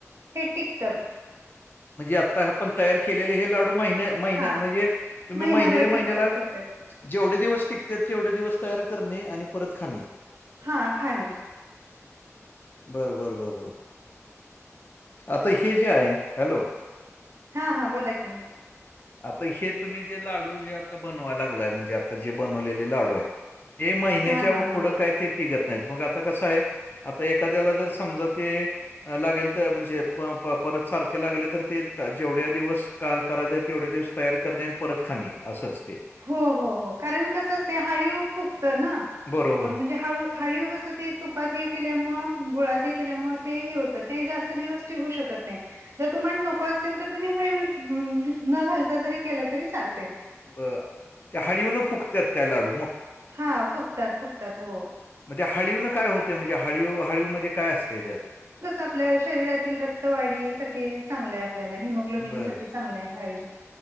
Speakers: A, on the right; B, on the left.
A: हे टिकतांत.
B: म्हणजे आंता आपणं तयांर केलेले हे लांडू महिन्यां महिन्यां
A: हा
B: म्हणजे तुम्हीं
A: महिनाभर
B: महिन्यांच्या महिन्यांला
A: टिकतात टिकतात
B: जेवढे दिवसं टिकत्यांत तेवढे दिवसं तयांर करणे आणि परतं खांणे.
A: हा खाणे
B: बरं बरं बरं बरं आंता हे जे आहे. हॅलो...
A: हां हां बोलां की,
B: आंता हे तुम्हीं जे लांडू जे आंता बनवायचं लागलांय म्हणजे आनता जे बनवलेले लांडू आहेतं. हे महिन्यांच्या
A: हा हा
B: पुढं
A: हा
B: कायं ते टिकतं नाहींत मंग आंता कसं आहे... आंता एखाद्यांला जरं समजां ते लागेल तरं म्हणजे परंत सारखें लागले तरं ते जेवढ्यां दिवसं करांय तेवढे दिवसं तयांर करणे आणि परतं खांणे असंच आहे ते
A: हो हो हो कारणं कसं असतंय हाळीव फुगतं नां
B: बरोबर.
A: म्हणजे हळूं हाळीव कसं ते तुपांत हे केल्यांमुळे गुळांत हे केल्यांमुळे ते हे होतं ते जास्तं दिवसं टिकूं शकतं नाहीं. जरं तुम्हांला नको असेल तरं, तुम्हीं हाळीव नं घालतां जरी केलं तरी चालते.
B: बरं त्यां हळिवन फुगतांत कायं लांडू
A: हां फुगतांत फुगतांत हो
B: मंग ते हाळीव नं कायं होत म्हणजे हळीव हळीवमध्यें कायं असतेय त्यांत
A: आपल्यां शरीरांतील रक्तवाढीसांठी चांगलं आहे. आपल्यांला हिमोग्लोबिनसांठी
B: बरं.
A: चांगल आहे हाळीव